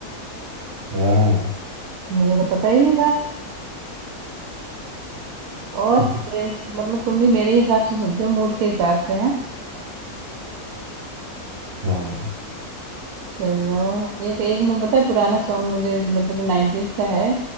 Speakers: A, on the right (about 45°); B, on the right (about 80°).
A: हाँ
B: मुझे तो पता ही नहीं था और
A: <laughs>
B: प्रेस मतलब तुम भी मेरे हिसाब से सुनते हो मूड के हिसाब से हैं
A: हाँ
B: चलो एक एक मैं पता है पुराना सॉन्ग मुझे मतलब नाइनटीज का है